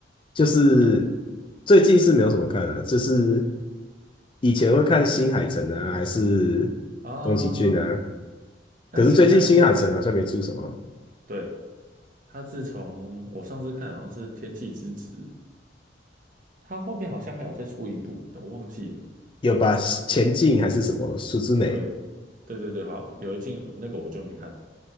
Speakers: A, on the left; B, on the right.
A: 就是
B: 那
A: 最近是没有什么看的、就是以前会看新海诚啊，还是宫崎骏啊，
B: 啊，那你有看过？
A: 可是最近新海诚好像没出什么，
B: 对，他自从我上次看好像是《天气之子》，他后面好像还有再出一部，但我忘记了。
A: 有把前进还是什么数之美，
B: 对，对对对，好，有一进那个我就没看，